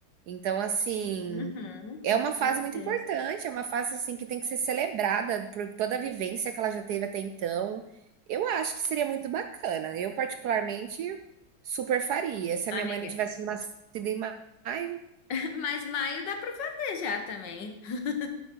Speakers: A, on the right; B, on the left.
A: Então, assim,
B: Uhum,
A: é
B: com
A: uma fase
B: certeza.
A: muito importante, é uma fase assim que tem que ser celebrada por toda a vivência que ela já teve até então. Eu acho que seria muito bacana. Eu, particularmente, Super faria. Se
B: Amiga,
A: a minha mãe não tivesse nascido em maio,
B: <laughs> mas maio dá para fazer já também. <laughs>